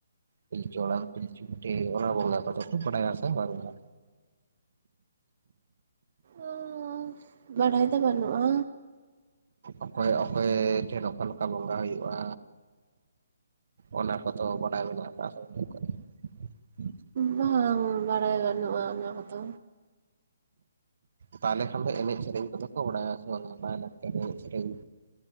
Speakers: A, on the right (about 65°); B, on the right (about 50°).
A: ᱯᱤᱞᱪᱩ ᱦᱟᱲᱟᱢ, ᱯᱤᱞᱪᱩ ᱵᱩᱰᱷᱤ ᱚᱱᱟ ᱵᱚᱸᱜᱟ ᱠᱚᱫᱚ ᱯᱮ ᱵᱟᱰᱟᱭᱟ ᱥᱮ ᱵᱟᱝᱼᱟ?
B: ᱚᱻ᱾ ᱵᱟᱲᱟᱭ ᱫᱚ ᱵᱟᱹᱱᱩᱜᱼᱟ᱾
A: ᱚᱠᱚᱭ ᱚᱠᱚᱭ ᱴᱷᱮᱱ ᱚᱠᱟ ᱞᱮᱠᱟ ᱵᱚᱸᱜᱟ ᱦᱩᱭᱩᱜᱼᱟ? ᱚᱱᱟ ᱠᱚᱫᱚ ᱵᱟᱲᱟᱭ ᱢᱮᱱᱟᱜ ᱠᱟᱜᱼᱟ ᱥᱮ ᱵᱟᱹᱱᱩᱜ ᱠᱟᱜᱼᱟ? <inaudible>
B: ᱵᱟᱝ ᱵᱟᱲᱟᱭ ᱵᱟᱹᱱᱩᱜᱼᱟ ᱚᱱᱟ ᱠᱚᱫᱚ᱾
A: ᱛᱟᱦᱚᱞᱮ ᱠᱷᱟᱱ ᱫᱚ ᱮᱱᱮᱡ ᱥᱮᱨᱮᱧ ᱠᱚᱫᱚ ᱠᱚ ᱵᱟᱲᱟᱭᱟ ᱥᱮ ᱵᱟᱝᱟ? ᱞᱟᱭ ᱞᱟᱠᱪᱟᱨ ᱮᱱᱮᱡ ᱥᱮᱨᱮᱧ?